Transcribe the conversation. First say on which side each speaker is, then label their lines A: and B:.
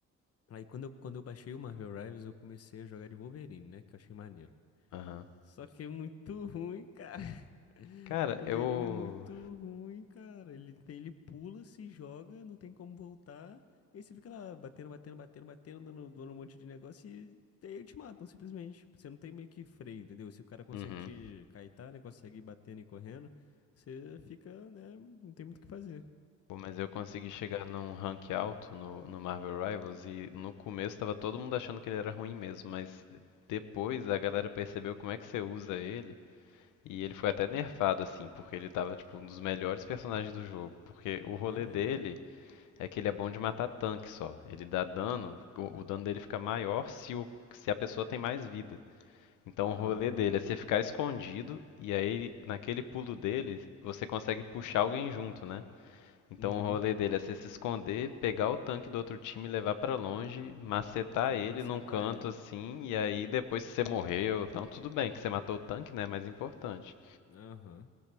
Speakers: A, on the left; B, on the left.
A: Aí quando eu, quando eu baixei o Marvel Rivals, eu comecei a jogar de Wolverine, né? Que eu achei maneiro.
B: Aham.
A: Só que é muito ruim, cara. <laughs>
B: Cara,
A: O
B: eu.
A: Verino é muito ruim, cara. Ele tem, ele pula, se joga, não tem como voltar. E aí você fica lá batendo, batendo, batendo, batendo, dando, dando um monte de negócio e aí te matam simplesmente. Você não tem meio que freio, entendeu? Se o cara consegue
B: Uhum.
A: te caetar, né? Consegue ir batendo e correndo, você fica, né? Não tem muito o que fazer.
B: Pô, mas eu consegui chegar num rank alto no, no Marvel Rivals e no começo tava todo mundo achando que ele era ruim mesmo, mas depois a galera percebeu como é que você usa ele e ele foi até nerfado assim, porque ele tava tipo um dos melhores personagens do jogo, porque o rolê
A: Ah,
B: dele
A: é?
B: é que ele é bom de matar tanque só. Ele dá dano, o, o dano dele fica maior se o, se a pessoa tem mais vida. Então
A: Ah,
B: o rolê dele é você ficar escondido e aí naquele pulo dele você consegue puxar alguém junto, né? Então
A: uhum.
B: o rolê dele é você se esconder, pegar o tanque do outro time, levar pra longe, macetar
A: E
B: ele
A: macetar
B: num canto
A: ele.
B: assim, e aí depois se você morreu, então tudo bem que você matou o tanque, né, mas é importante.
A: Aham.